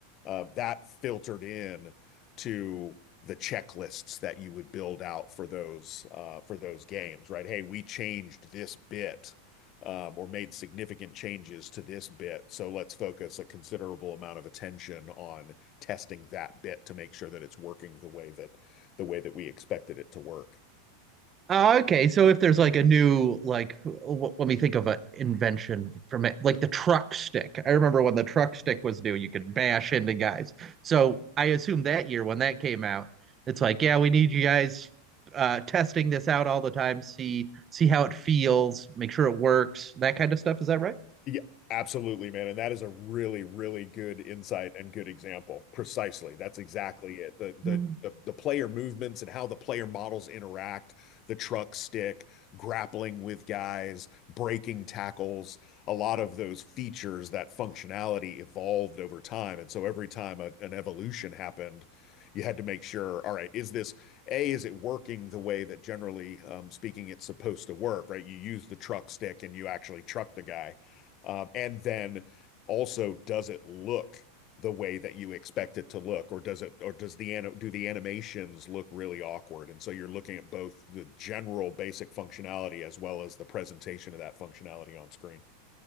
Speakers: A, on the left; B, on the right.
A: Uh, That filtered in to the checklists that you would build out for those uh, for those games, right? Hey, we changed this bit um, or made significant changes to this bit, so let's focus a considerable amount of attention on testing that bit to make sure that it's working the way that the way that we expected it to work.
B: Oh, okay. So if there's like a new like w- let me think of an invention from it, like the truck stick. I remember when the truck stick was new, you could bash into guys. So I assume that year when that came out, it's like, yeah, we need you guys uh testing this out all the time, see see how it feels, make sure it works, that kind of stuff. Is that right?
A: Yeah, absolutely, man. And that is a really, really good insight and good example. Precisely. That's exactly it. The the
B: <laughs>
A: the, the player movements and how the player models interact, the truck stick, grappling with guys, breaking tackles, a lot of those features, that functionality evolved over time. And so every time a, an evolution happened, you had to make sure, all right, is this a, is it working the way that generally um, speaking it's supposed to work, right? You use the truck stick and you actually truck the guy um, and then also, does it look the way that you expect it to look, or does it, or does the ano do the animations look really awkward? And so you're looking at both the general basic functionality as well as the presentation of that functionality on screen.